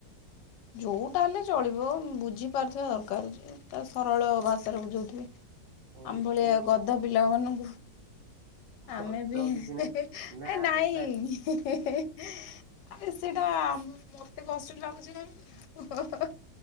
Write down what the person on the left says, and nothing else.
ଯଉଟା ହେଲେ ଚଳିବ ବୁଝିପାରୁଥିବା ଦରକାରେ ଯଉଟା ସରଳ ଭାଷାରେ ବୁଝଉଥିବ।
ଆମ୍ ଭଳିଆ
ଗଧ ପିଲା ମାନଙ୍କୁ
ଆମେ ବି
ଏ
ନାଇଁ
ହିଁ -ହିଁ -ହିଁ। ଆରେ ସେଇଟା ଆମ- ମତେ କଷ୍ଟ ଲାଗୁଚି <unintelligible>